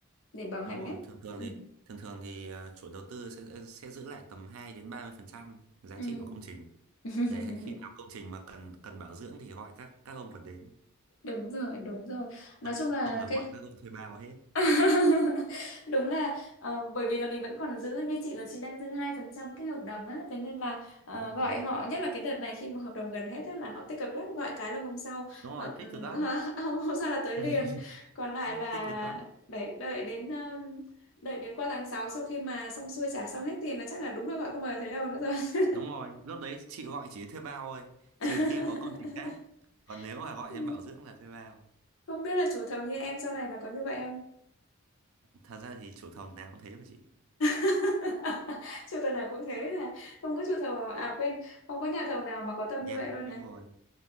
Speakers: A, on the left; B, on the right.
A: để bảo hành
B: đúng rồi
A: ấy
B: thường thường
A: ừ.
B: thì thường thường thì à, chủ đầu tư sẽ sẽ giữ lại tầm 2 đến 30 phần trăm giá
A: Ừ.
B: trị của công trình
A: <laughs>
B: để khi nào công trình mà cần cần bảo dưỡng thì gọi các các ông còn đến
A: đúng rồi đúng rồi nói
B: không
A: chung là
B: không là gọi
A: cái
B: các ông thuê bao hết
A: <laughs> đúng là ờ, bởi vì là mình vẫn còn giữ như chị là chị đang giữ hai phần trăm cái hợp đồng á thế nên là ờ,
B: đúng
A: gọi
B: rồi
A: họ nhất là cái đợt này khi mà hợp đồng gần hết á là họ tích cực lắm gọi cái là hôm sau
B: đúng rồi
A: họ,
B: tích
A: ừ,
B: cực lắm
A: <laughs> hôm hôm sau là tới liền
B: <laughs>
A: còn lại là
B: tích cực lắm
A: đợi đợi đến ờ, đợi đến qua tháng sáu sau khi mà xong xuôi trả xong hết tiền là chắc là đúng là gọi không bao giờ thấy đâu nữa rồi
B: đúng rồi lúc đấy chị gọi chỉ thuê bao thôi
A: <laughs>
B: trừ khi có công trình khác còn nếu mà gọi
A: Ừ.
B: đến bảo dưỡng là thuê bao
A: không biết là chủ thầu như em sau này là có như vậy không
B: thật ra thì chủ thầu nào cũng thế mà chị
A: <laughs> Chủ thầu nào cũng thế là không có chủ thầu à quên không có nhà thầu nào mà có tâm
B: nhà
A: như vậy luôn
B: đúng
A: này
B: rồi